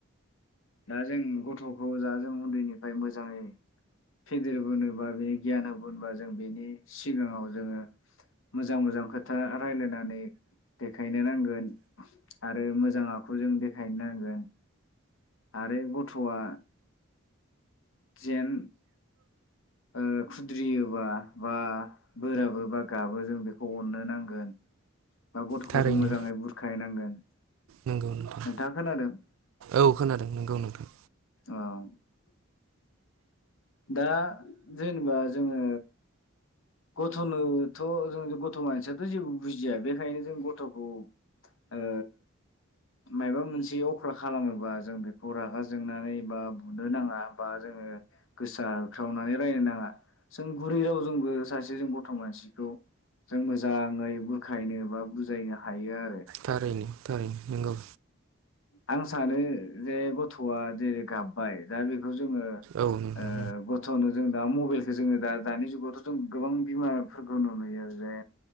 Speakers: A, on the left (about 70°); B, on the right (about 75°).
A: दा जों गथ'खौ जा जों उन्दैनिफाय मोजाङै फेदेरबोनोबा बे गियान होबोनबा जों बेनि सिगाङाव जोङो मोजां मोजां खोथा रायलायनानै देखायनो नांगोन आरो मोजां आखु जों देखाय नांगोन। आरो गथ'आ जेन ओ खुद्रियोबा बा बोराबो बा गाबो जों बेखौ अननो नांगोन बा गथ'खौ
B: थारैनो
A: जों मोजाङै बुरखायनांगोन
B: नंगौ नोंथां
A: नोंथाङा खोनादों?
B: औ खोनादों नोंगौ नोंथां
A: औ दा जेनबा जोङो गथ'नोथ' जों गथ' मानसियाथ जेबो बुजिया बेखायनो जों गथ'खौ ओ मायबा मोनसे अख्रा खालामोबा जों बेखौ रागा जोंनानै बा बुनो नाङा। बा जोङो गोसा होख्रावनानै रायनो नाङा। जों गुरै रावजोंबो सासे जों गथ' मानसिखौ जों मोजाङै बुरखायनो बा बुजायनो हायो आरो।
B: थारैनो- थारैनो नंगौ
A: आं सानो जे गथ'आ जेरै गाबाय दा बे खौ जोङो
B: औ नोंथां
A: ओ गथ'नो जों दा मबाइलखौ जोङो दा दानि जुगाव जों गोबां बिमाफोरखौ नुयो जे